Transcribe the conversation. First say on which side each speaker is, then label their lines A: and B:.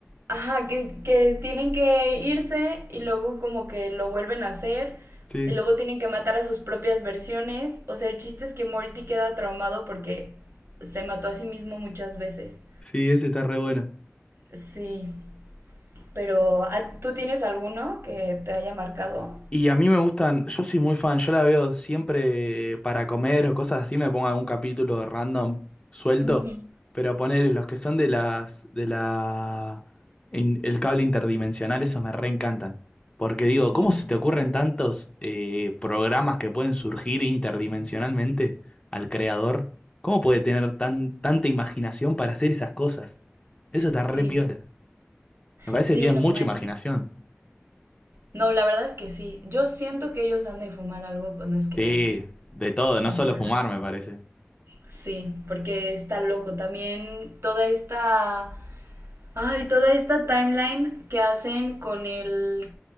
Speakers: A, on the right (about 75°); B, on the left (about 25°).
A: ajá, que, que tienen que irse y luego como que lo vuelven a hacer.
B: Sí,
A: Y luego tienen que matar a sus propias versiones. O sea, el chiste es que Morty queda traumado porque se mató a sí mismo muchas veces.
B: sí, ese está re bueno.
A: Sí, pero ¿a- ¿tú tienes alguno que te haya marcado?
B: Y a mí me gustan, yo soy muy fan, yo la veo siempre para comer o cosas así, me pongo algún capítulo random suelto,
A: Ujú,
B: pero poner los que son de las, de la, en- el cable interdimensional, esos me reencantan. Porque digo,
A: ujú.
B: ¿cómo se te ocurren tantos eh, programas que pueden surgir interdimensionalmente al creador? ¿Cómo puede tener tan, tanta imaginación para hacer esas cosas? Eso está
A: Sí,
B: re piola. Me parece
A: sí,
B: que tienen
A: no
B: mucha
A: manches.
B: imaginación.
A: No, la verdad es que sí. Yo siento que ellos han de fumar algo cuando escriben.
B: Sí, de todo, no
A: O sea,
B: solo fumar, me parece.
A: sí, porque está loco. También toda esta, ay, toda esta timeline que hacen con el,